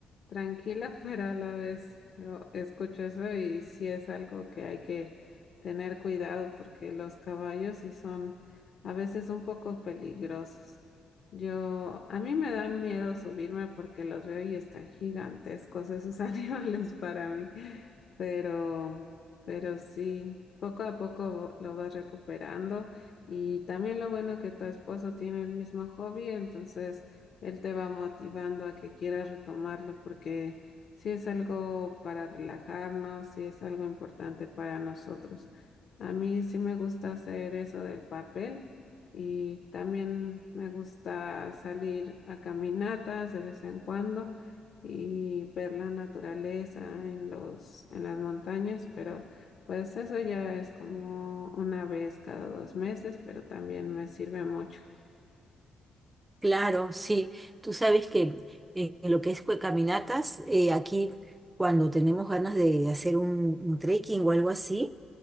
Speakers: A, on the left (about 60°); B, on the right (about 20°).
A: tranquila, <laughs> pero a la vez yo escucho eso y sí es algo que hay que tener cuidado porque los caballos sí son a veces un poco peligrosos. Yo, a mí me dan miedo subirme porque los veo y están gigantescos esos <laughs> animales para mí, pero, pero sí, poco a poco lo vas recuperando. Y también lo bueno que tu esposo tiene el mismo hobby, entonces él te va motivando a que quieras retomarlo porque sí es algo para relajarnos, sí es algo importante para nosotros. A mí sí me gusta hacer eso del papel y también me gusta salir a caminatas de vez en cuando y ver la naturaleza en los, en las montañas, pero pues eso ya es como una vez cada dos meses, pero también me sirve mucho.
B: Claro, sí. Tú sabes que eh, en lo que es cue- caminatas, eh, aquí cuando tenemos ganas de hacer un, un trekking o algo así,